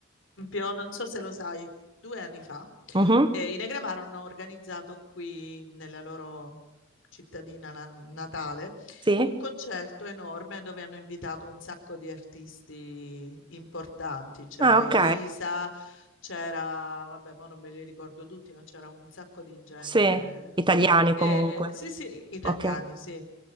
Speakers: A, on the left; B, on the right.
A: esempio, non so se lo sai, due anni fa
B: Mhm,
A: eh, i Negramaro hanno organizzato qui nella loro cittadina na- natale
B: sì,
A: un concerto enorme dove hanno invitato un sacco di artisti importanti. C'era
B: ah, ok,
A: Elisa, c'era, vabbè, ma non me li ricordo tutti, ma c'era un sacco di gente.
B: sì, italiani
A: Eh,
B: comunque,
A: sì, sì, italiani,
B: ok.
A: sì.